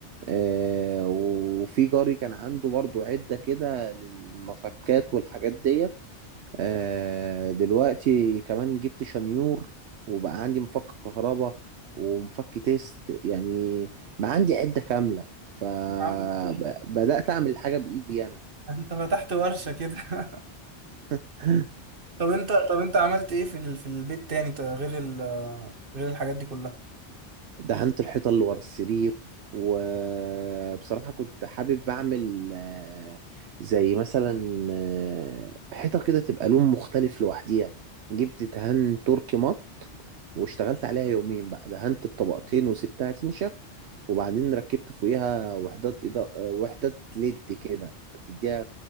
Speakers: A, on the right; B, on the right.
A: آه، وفي جاري كان عنده برضو عده كده للمفكات والحاجات ديت آه، دلوقتي كمان جبت شنيور وبقى عندي مفك كهرباء ومفك تيست يعني ما عندي عدة كاملة فبدأت
B: يا عم إيه؟
A: أعمل الحاجة بإيدي أنا
B: انت فتحت ورشة كده <laughs>
A: <laughs>
B: طب انت طب انت عملت ايه في ال... في البيت تاني ط- غير ال... غير الحاجات دي كلها
A: دهنت الحيطة اللي ورا السرير وبصراحة كنت حابب أعمل آه، زي مثلا آه، حيطة كده تبقى لون مختلف لوحديها جبت دهان تركي مط واشتغلت عليها يومين بقى دهنت بطبقتين وسبتها تنشف وبعدين ركبت فوقيها وحدات إضاءة آه، وحدات ليد كده بتديها